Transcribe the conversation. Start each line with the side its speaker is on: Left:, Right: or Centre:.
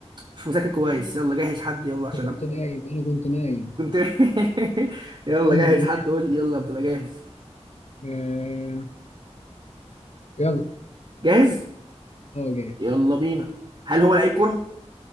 Right: مش مذاكر كويس يلا جهز حد يلا عشان
Left: انا كنت
Right: ابدا
Left: نايم انا كنت نايم
Right: كنت <laughs> يلا
Left: <laughs>
Right: جهز حد قول لي يلا ما تبقى جاهز
Left: آه. يلا
Right: جاهز
Left: اه جاهز
Right: يلا بينا هل هو لعيب كرة؟